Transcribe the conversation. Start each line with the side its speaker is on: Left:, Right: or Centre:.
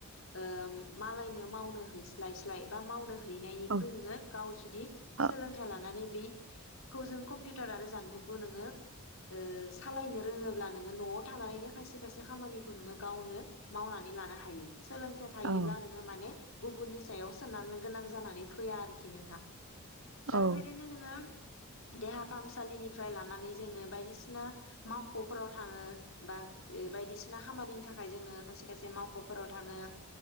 Left: ओ मालायनो मावनो हैस्लाय साय बा मावनो हैनायनिख्रुइ
Right: औ
Left: नोङो गाव जुदि
Right: औ
Left: लानानै बि खौ जों कम्पिउटार आरो जानबुंखौ नोङो ओ सालायनो रोङोब्ला नोङो नआव थानानैनो खायसे खायसे खामानिखौ नोङो गावनो मावनानै लानो हायो। सोलोंथाइ थायोब्ला
Right: औ
Left: नोङो माने गुबुननि सायाव सोनारनो गोनां जानानै फैया आरोखि नोंथां। दा
Right: औ
Left: बेबायदिनो नोङो देहा फाहामसालिनिफ्राय लानानै जोङो बायदिसिना मावखफोराव थाङो बा बायदिसिना खामानिनि थाखाय जोङो खायसे खायसे मावखफोराव थाङो